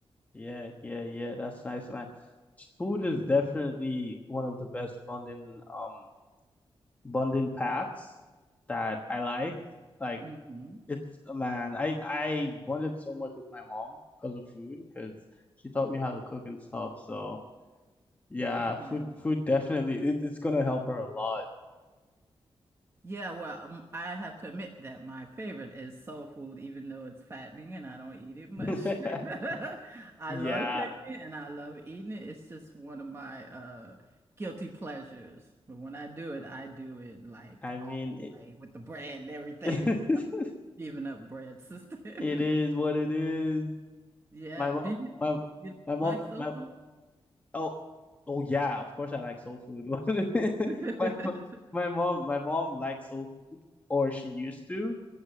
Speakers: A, on the left; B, on the right.
A: Yeah, yeah, yeah. That's nice, man. Food is definitely one of the best bonding um bonding paths that I like. Like
B: hmm
A: it's man, I I bonded so much with my mom because of food because she taught me how to cook and stuff. So yeah,
B: Yes.
A: food food definitely it, it's gonna help her a lot.
B: Yeah, well, um, I have to admit that my favorite is soul food, even though it's fattening and I don't eat it much.
A: <laughs>
B: <laughs> I
A: Yeah,
B: love cooking it and I love eating it. It's just one of my uh guilty pleasures. But when I do it, I do it like
A: I mean
B: all the
A: it,
B: way with the bread and everything.
A: <laughs>
B: Giving up bread, sister. <laughs>
A: it is what it is.
B: Yeah.
A: My mom,
B: Do you,
A: my
B: you
A: my mom,
B: like soul
A: my
B: food?
A: Oh, oh yeah, of course I like soul food. <laughs>
B: <laughs>
A: My my mom my mom likes soul food, or she used to,